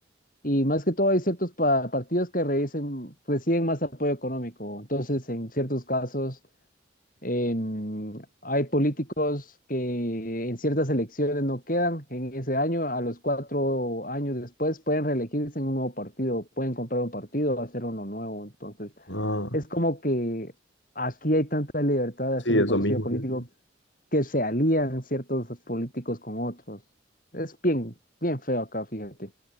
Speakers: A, on the left (about 45°); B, on the left (about 70°).
A: Y más que todo hay ciertos pa- partidos que reciben, reciben más apoyo económico. Entonces, en ciertos casos Em, hay políticos que en ciertas elecciones no quedan en ese año, a los cuatro años después pueden reelegirse en un nuevo partido, pueden comprar un partido, hacer uno nuevo. Entonces,
B: Ah,
A: es como que aquí hay tanta libertad de
B: sí,
A: hacer un
B: eso
A: partido
B: mismo.
A: político
B: sí, sí.
A: que se alían ciertos políticos con otros. Es bien, bien feo acá, fíjate.